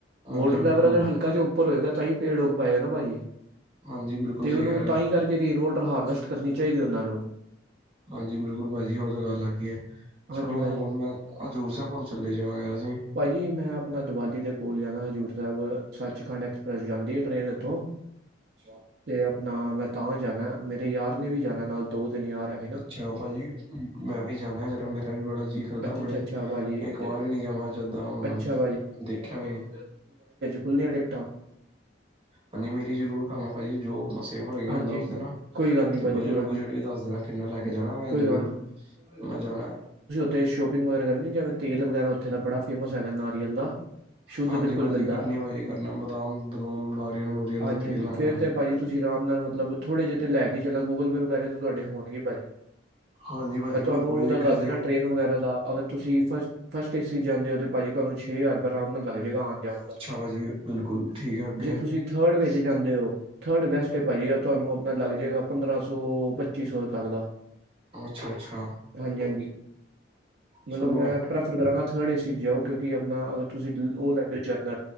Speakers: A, on the right; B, on the right.
A: ਹਾਂਜੀ
B: ਵੋਟਰ
A: ਬਿਲਕੁਲ।
B: ਲੈਵਰ ਅਗਰ ਹਲਕਾ ਜਿਹਾ ਉ ਉੱਪਰ ਹੋਏਗਾ ਤਾਂ ਹੀ ਪੇੜ ਉੱਗ ਪਾਏਗਾ ਨਾ ਭਾਜੀ।
A: ਹਾਂਜੀ ਬਿਲਕੁਲ
B: ਤੇ
A: ਸਹੀ
B: ਉਹਨੂੰ
A: ਕਹਿ ਰਹੇ
B: ਤਾਂ
A: ਹੋ।
B: ਹੀ ਕਰਕੇ ਰੇਨ ਵੋਟਰ ਹਾਰਵੈਸਟ ਕਰਨੀ ਚਾਹੀਦੀ ਹੈ ਉਹਨਾਂ ਨੂੰ।
A: ਹਾਂਜੀ। ਬਿਲਕੁਲ ਭਾਜੀ, ਉਹ ਤਾਂ ਗੱਲ ਹੈਗੀ ਹੈ।
B: ਹਾਂਜੀ
A: ਚਲੋ
B: ਭਾਜੀ
A: ਹੋਰ ਮੈਂ ਹਜ਼ੂਰ ਸਾਹਿਬ ਚਲੇ ਜਾਣਾ ਸੀ।
B: ਭਾਜੀ ਮੈਂ ਆਪਣਾ ਦੀਵਾਲੀ ਦੇ ਓ ਜਾਣਾ ਹਜ਼ੂਰ ਸਾਹਿਬ। ਸੱਚਖੰਡ ਐਕਸਪ੍ਰੈਸ ਜਾਂਦੀ ਆ ਟ੍ਰੇਨ ਇੱਥੋਂ, ਅੱਛਾ ਤੇ ਨਾ ਮੈਂ ਤਾਂ ਜਾਣਾ। ਮੇਰੇ ਯਾਰ ਨੇ ਵੀ ਜਾਣੇ ਨਾਲ ਦੋ- ਤਿੰਨ ਯਾਰ ਹੈ।
A: ਅੱਛਾ ਭਾਜੀ। ਮੈਂ ਵੀ ਜਾਣਾ, ਜਰਾ ਮੇਰਾ ਵੀ ਬੜਾ ਜੀ ਕਰਦਾ
B: ਅੱਛਾ-ਅੱਛਾ-ਅੱਛਾ
A: ਬ ਇੱਕ
B: ਭਾਜੀ ਤੇ
A: ਵਾਰ ਵੀ ਨੀ ਗਿਆ। ਮੈਂ ਜਿੱਦਾ ਹੁਣ ਮੈਂ
B: ਅੱਛਾ
A: ਦੇਖਿਆ ਵੀ ਨੀ
B: ਖੁੱਲ ਗਿਆ ਟਿਕਟਾਂ।
A: ਹਾਂਜੀ। ਮੇਰੀ ਜ਼ਰੂਰ ਕਰਨਾ ਭਾਜੀ। ਜੋ ਆਪਣਾ ਸੇਵਾਂ ਹੋਏਗੀ ਮੈਨੂੰ
B: ਹਾਂਜੀ,
A: ਦੱਸਦੇ ਦੇਣਾ।
B: ਕੋਈ ਗੱਲ ਨੀ
A: ਤੇ
B: ਭਾਜੀ,
A: ਬਜਟ
B: ਕੋਈ ਗੱਲ
A: -ਬੁਜਟ
B: ਨੀ,
A: ਵੀ ਦੱਸ ਦੇਣਾ ਕਿੰਨਾ ਲੈ ਕੇ ਜਾਣਾ। ਮੈਂ
B: ਕੋਈ
A: ਜ਼ਰੂਰ ਮੈਂ ਜਾਣਾ।
B: ਤੇ ਸ਼ੋਪਿੰਗ ਵਗੈਰਾ ਕਰਨੀ, ਜਿਵੇਂ -ਤੇਲ ਵਗੈਰਾ ਉੱਥੇ ਦਾ ਬੜਾ ਫੇਮਸ ਹੈਗਾ ਨਾਰੀਅਲ ਦਾ। ਸ਼ੁੱਧ
A: ਹਾਂਜੀ।
B: ਬਿਲਕੁਲ
A: ਭਾਜੀ
B: ਮਿਲਦਾ।
A: ਕਰਨੀ ਆ ਭਾਜੀ ਕਰਨੀ, ਬਦਾਮ- ਬਦੁਮ ਨਾਰੀਅਲ-ਨੁਰੀਅਲ
B: ਹਾਂਜੀ-ਹਾਂਜੀ
A: ਦਾ ਤੇਲ ਲੈਣਾ
B: ਫੇਰ
A: ਭਾਜੀ।
B: ਤੇ ਤੁਸੀਂ ਆਰਾਮ ਨਾਲ ਮਤਲਬ, ਥੋੜੇ ਜਿਹੇ ਤੇ ਲੈ ਕੇ ਚੱਲੋ ਗੂਗਲ ਪੇ ਵਗੈਰਾ ਤੁਹਾਡੇ ਹੋਣਗੇ ਭਾਜੀ।
A: ਹਾਂਜੀ ਭਾਜੀ
B: ਮੈਂ ਤੁਹਾਨੂੰ
A: ਕੋਈ ਦਿੱਕਤ
B: ਦਾ ਦੱਸ
A: ਨੀ।
B: ਦੇਣਾ ਟ੍ਰੇਨ ਵਗੈਰਾ ਦਾ। ਅਗਰ ਤੁਸੀਂ ਫਸ -ਫਸਟ ਏਸੀ ਇਹਦੇ ਤੇ ਭਾਜੀ ਤੁਹਾਨੂੰ ਛੇ ਹਜ਼ਾਰ ਰੁਪਇਆ ਆਰਾਮ ਨਾਲ ਲੱਗ ਜਾਏਗਾ। ਆਣ -ਜਾਣ ਦਾ
A: ਅੱਛਾ ਭਾਜੀ ਬਿਲਕੁਲ ਠੀਕ ਹੈ ਅੱਗੇ।
B: ਜੇ ਤੁਸੀਂ ਦੇ ਥਰਡ ਏਸੀ ਵਿੱਚ ਜਾਂਦੇ ਹੋ ਥਰਡ ਬੈਸਟ ਭਾਜੀ। ਆ ਤੁਹਾਨੂੰ ਆਪਣਾ ਲੱਗ ਜਾਏਗਾ ਪੰਦਰਾਂ ਸੌ, ਪੱਚੀ ਸੌ ਤੱਕ ਦਾ।
A: ਅੱਛਾ ਅੱਛਾ
B: ਹਾਂਜੀ -ਹਾਜੀ ਮਤਲਬ
A: ਚਲੋ।
B: ਮੈਂ ਪ੍ਰੈਫਰ ਕਰਾਂਗਾ। ਫੇਰ ਏ ਸੀ ਜਾਓ। ਕਿਉਂਕਿ ਆਪਣਾ ਅਗਰ ਤੁਸੀਂ ਉਹ ਲੈ ਕੇ ਜਰਨਲ,